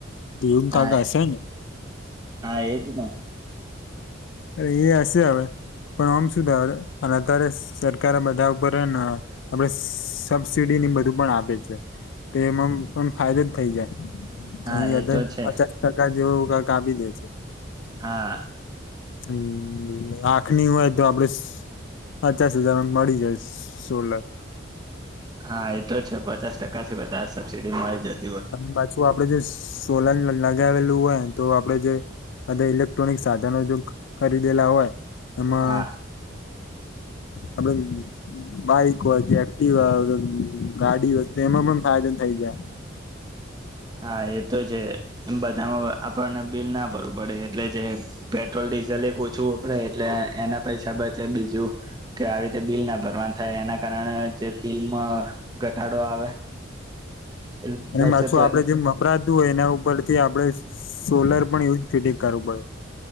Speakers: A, on the left (about 70°); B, on the right (about 20°).
A: ઘીવન <unintelligible> ક
B: હા
A: <unintelligible> કશે <unintelligible> ને <unintelligible>
B: હા એજ ને
A: અરે એ હશે હવે. પણ આમ શુ થાય અત્યારે સરકર બધા ઉપર આપણે સબસીડી બધું પણ આપે છે. તો એમાં પણ ફાયદો જ થઈ જાય
B: હા
A: અહી
B: એ
A: અડધા
B: તો
A: <unintelligible>
B: છે
A: પચાસ ટકા જેવું ક કાપી દે છે.
B: હા.
A: હમ્મ આંખની હોય તો આપડે પચાસ હજારમાં મળી જાય સોલાર <unintelligible>
B: હા, એતો છે પચાસ ટકા થી બધા સબસિડી મળી જાય.
A: ત પાછું આપડે જે સોલાર ની <unintelligible> લ <unintelligible> લગાવેલું હોય તો આપડે જે બધા ઇલેક્ટ્રોનિક સાધનો જો ખરીદેલા હોય એમાં
B: હા
A: અબણે <unintelligible> બાઈક હોય કે એક્ટિવા ગાડી હોય એમાં પણ ફાયદો થઈ જાય.
B: હા, એ તો છે એ બધામાં આપણને બિલ ના ભરવું પડે એટલે જે પેટ્રોલ ડીઝલ ચલે ઓછું વપરાય એટલે એના પૈસા બચે બીજું કે આવી રીતે બિલ ના ભરવાનું થાય એના કારણે જે બિલમાં ઘટાડો આવે એ
A: અને
B: બચત
A: પાછું <unintelligible> આપડે જે વપરાતું હોય એના ઉપર થી આપડે સોલર પણ એવુંજ ફિડ કરવું